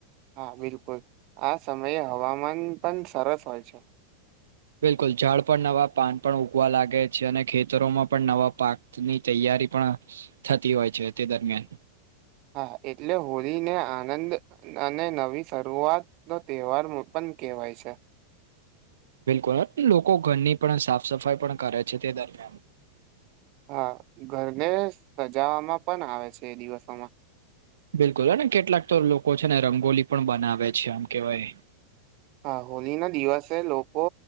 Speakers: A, on the right (about 40°); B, on the right (about 65°).
A: હા બિલકુલ, આ સમયે હવામાન પણ સરસ હોય છે.
B: બિલકુલ, ઝાડ પર નવા પાન પણ ઉગવા લાગે છે, અને ખેતરોમાં પણ નવા પાકની તૈયારી પણ થતી હોય છે તે દરમિયાન.
A: હા, એટલે હોળીને આનંદ અને નવી શરૂઆત નો તહેવાર મુખપણ કેહેવાય છે.
B: બિલકુલ, અને લોકો ઘરની પણ સાફ સફાઈ પણ કરે છે તે દરમિયાન.
A: હા ઘરને સજાવામાં પણ આવે છે એ દિવસોમાં.
B: બિલકુલ, અને કેટલાક તો લોકો છેને રંગોલી પણ બનાવે છે, આમ કેવાય.
A: હા હોલી ના દિવસે લોકો